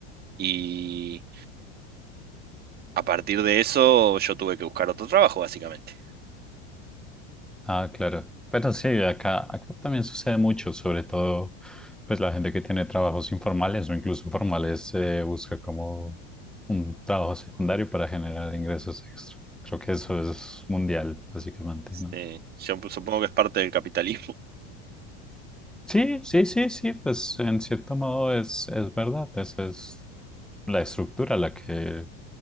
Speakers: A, on the right; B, in the centre.
A: Y a partir de eso yo tuve que buscar otro trabajo, básicamente.
B: Ah, claro. Pero sí, acá, acá también sucede mucho, sobre todo pues la gente que tiene trabajos informales o incluso formales eh, busca como un trabajo secundario para generar ingresos extra. Creo que eso es mundial, básicamente, ¿no?
A: Eh, yo supongo que es parte del capitalismo.
B: Sí, sí, sí, sí, pues en cierto modo es, es verdad, esa es la estructura la que